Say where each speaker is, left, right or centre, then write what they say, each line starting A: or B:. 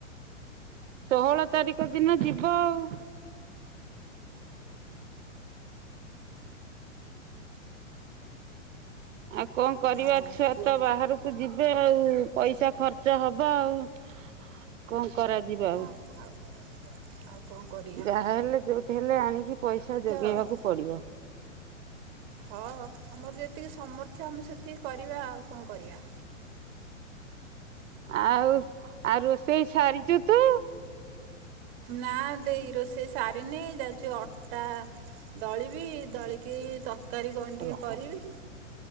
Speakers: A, on the right; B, on the right.
A: ଷୋହଳ ତାରିଖ ଦିନ ଯିବ ଆଉ। ଆଉ କଣ କରିବା
B: ଆଉ
A: ଛୁଆ
B: ପୁଅ
A: ତ ବାହାରୁ ଯିବେ ଆଉ ପଇସା ଖର୍ଚ୍ଚ ହବ ଆଉ।। କଣ କରାଯିବ ଆଉ।
B: <inaudible> ଆଉ କଣ କରିବି।
A: ଯାହା ହେଲେ ଯୋଉଠି ହେଲେ ଆଣିକି ପଇସା ଯୋଗେଇବାକୁ
B: ଆଉ
A: ପଡିବ।
B: ହଁ ଆମର ଯେତିକି ସମର୍ଥ ଆମେ ସେତିକି କରିବା ଆଉ କଣ କରିବା।
A: ଆଉ ଆଉ ରୋଷେଇ ସାରିଛୁ ତୁ।
B: ନା ଦେଇ ରୋଷେଇ ସାରନି ଯାଉଛି ଅଟା ଦଳିବି ଦଳିକି ତରକାରୀ କଣ ଟିକେ
A: ରହ।
B: କରିବି।